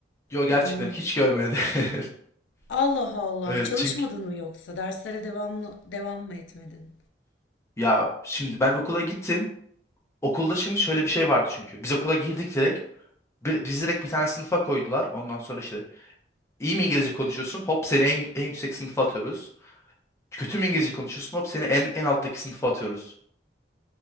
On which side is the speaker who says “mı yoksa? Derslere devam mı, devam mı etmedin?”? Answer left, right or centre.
Left